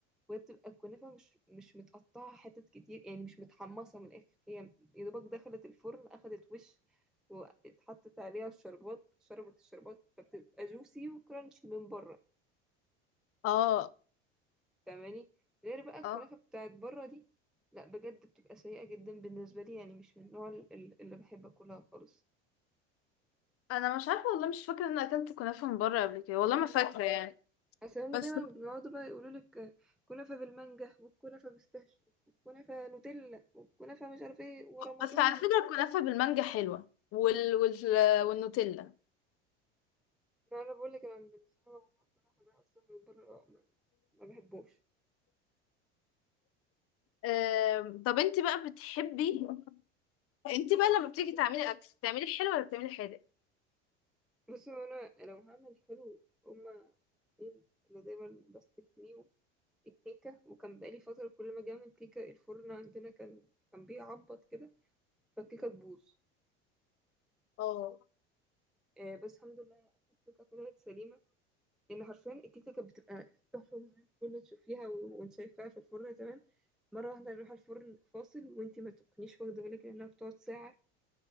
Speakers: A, in the centre; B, on the left.
A: وهي بتبقى الكنافه مش مش متقطعه حتت كتير يعني مش متحمصه من الاخر هي يا دوبك دخلت الفرن اخدت وش واتحطت عليها الشربات شربت الشربات فبتبقى جوسي وكرانشي من بره
B: اه
A: فاهماني غير بقى الكنافه
B: اه
A: بتاعت بره دي لا بجد بتبقى سيئه جدا بالنسبه لي يعني مش من النوع ال- ال- اللي بحب اكلها خالص
B: انا مش عارفه والله مش فاكره ان أنا اكلت كنافه من بره قبل كده والله ما فاكره يعني
A: بس هما
B: بس
A: دايما بيقعدوا بقى يقولوا لك كنافة بالمانجا والكنافة بالستاش والكنافة نوتيلا والكنافة مش عارف ايه ورمضان
B: بس على فكره الكنافه بالمانجا حلوه وال... وال... والنوتيلا
A: يعني انا بقول لك انا بالنسبة لي موضوع الكنافة ده اصلا من بره ما, ما بحبوش
B: آم، طب انت بقى بتحبي انت بقى لما بتيجي تعملي اكل بتعملي حلو ولا بتعملي حادق
A: بس هو انا لو هعمل حلو هما حاجتين اللي دايما بستك ليهم الكيكة وكان بقالي فترة كل ما اجي اعمل كيكة الفرن عندنا كان كان بيعبط كده فالكيكة تبوظ
B: اه
A: آه، بس الحمد لله آخر كيكة طلعت سليمة لان حرفيا الكيكه كانت بتبقى تحفه زي الفل تشوفيها و- وانت شايفاها في الفرن تمام مره واحده نروح الفرن فاصل وانت ما تكونيش واخده بالك لانها بتقعد ساعه